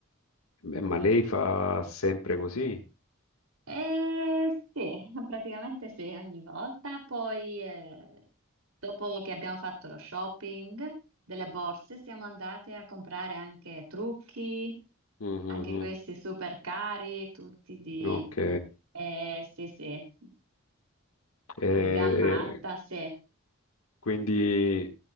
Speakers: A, on the left; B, on the right.
A: Beh, ma lei fa sempre così?
B: Eh, sì, <laughs> praticamente sì, ogni volta. Poi, eh, dopo che abbiamo fatto lo shopping delle borse, siamo andate a comprare anche trucchi,
A: Mhm,
B: anche questi super cari, tutti di,
A: Ok,
B: eh, sì, sì,
A: E
B: di gamma alta, sì.
A: quindi